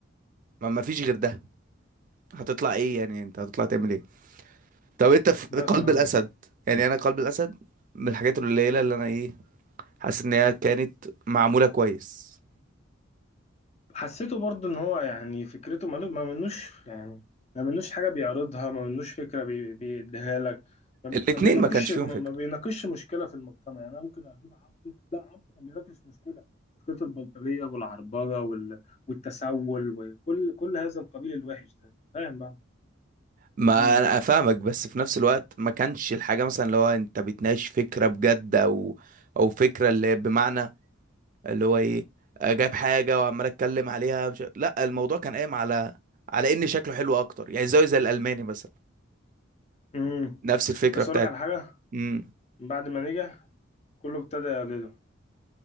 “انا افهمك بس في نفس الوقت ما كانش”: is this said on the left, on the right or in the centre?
Right